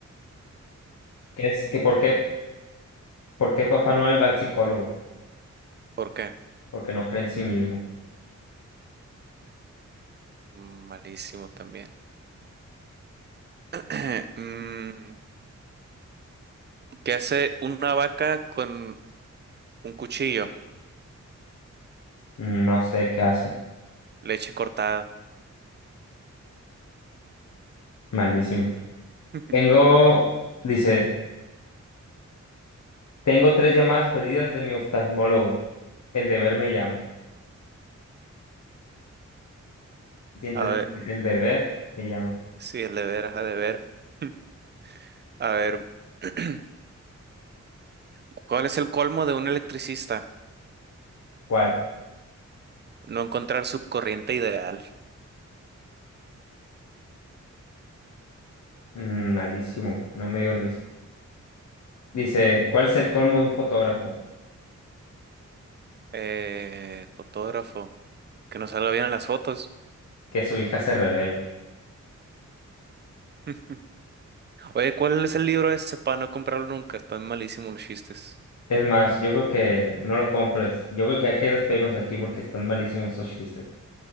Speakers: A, on the left; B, on the right.
A: ¿Qué es que por qué, por qué Papá Noel va al psicólogo?
B: ¿Por qué?
A: Porque no cree en sí mismo.
B: Mm, Malísimo también. <clears throat> Mm, ¿Qué hace una vaca con un cuchillo?
A: Mm, No sé qué hace.
B: Leche cortada.
A: Malísimo.
B: <laughs>
A: Tengo, dice, tengo tres llamadas perdidas de mi oftalmólogo. El deber me llama. ¿Sí entendiste?
B: A ver,
A: El deber me llama.
B: sí, el de veras, ha de ver. <laughs> A ver, <clears throat> ¿cuál es el colmo de un electricista?
A: ¿Cuál?
B: No encontrar su corriente ideal.
A: Mm, malísimo, no me dio risa. Dice, ¿cuál es el colmo de un fotógrafo?
B: Eh, fotógrafo, que no salga bien en las fotos.
A: Que su hija se revele.
B: <laughs> Oye, ¿cuál es el libro ese para no comprarlo nunca? Están malísimos los chistes.
A: Es más, yo creo que no lo compres. Yo creo que hay que despedirnos aquí porque están malísimos esos chistes.